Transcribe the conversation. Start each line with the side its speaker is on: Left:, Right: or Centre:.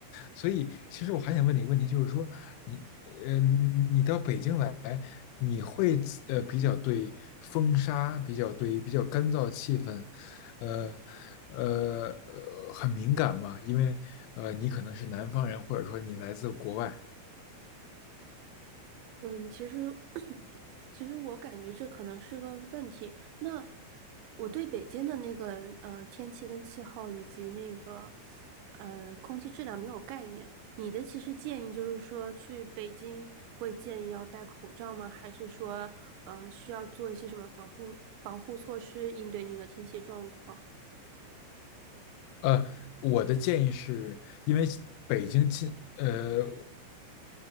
Left: 所以，其实我还想问你一个问题，就是说，你呃，你你到北京来，你会呃比较对风沙，比较对比较干燥的气氛，呃呃呃很敏感吗？因为呃，你可能是南方人，或者说你来自国外。
Right: 嗯，其实，<clears throat> 其实我感觉这可能是个问题。那我对北京的那个呃天气跟气候以及那个呃空气质量没有概念。你的其实建议就是说去北京会建议要戴口罩吗？还是说呃需要做一些什么防护防护措施应对那个天气状况？
Left: 呃，我的建议是，因为北京近，呃，